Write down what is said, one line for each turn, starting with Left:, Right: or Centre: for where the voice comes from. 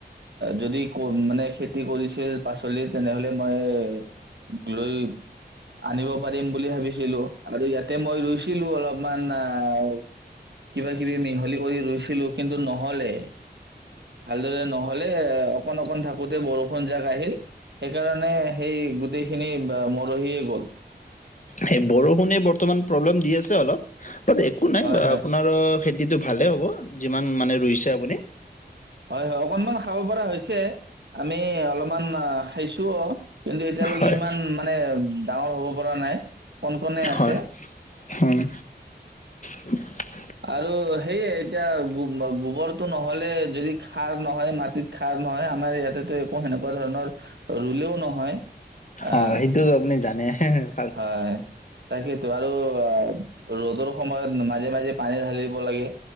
Right: যদি ক', মানে খেতি কৰিছে পাচলিৰ। তেনেহ'লে মই গ'লে আনিব পাৰিম বুলি ভাবিছিলো। আৰু ইয়াতে মই ৰুইছিলো অলপমান। আহ', কিবা কিবি মিহলি কৰি ৰুইছিলো। কিন্তু নহ'লে। ভালদৰে নহ'লে। অকন-অ থাকোতে বৰষুণ যাক আহিল। সেইকাৰণে সেই গ সেইখিনি বা', মৰহিয়ে গ'ল।
Left: সেই বৰষুণে বৰ্তমান প্ৰব্লেম দি আছে অলপ। তাত একো নাই
Right: হয়
Left: বা',
Right: হয়
Left: আপোনাৰো খেতিটো ভালেই হ'ব যিমান মানে ৰুইছে আপুনি।
Right: হয়- হয় অকনমান খাব পৰা হৈছে- আমি অলপমান খাইছোও। কিন্তু এতিয়ালৈকে
Left: হয়
Right: সিমান মানে ডাঙৰ হ'ব পৰা নাই কণ কণেই আছে।
Left: হয় উম <inaudible>
Right: আৰু সেইয়ে- এতিয়া গোবৰটো নহ'লে যদি সাৰ নহয় মাটিত সাৰ নহয় আমাৰ ইয়াতেতো একো সেনেকুৱা ধৰণৰ ৰুলেও নহয়। আহ
Left: অ সেইটোতো আপুনি জানেই হে-হে-
Right: হয়, তাকেইতো আৰু আ, ৰ'দৰ সময় মাজে মাজে পানী ঢালিব লাগে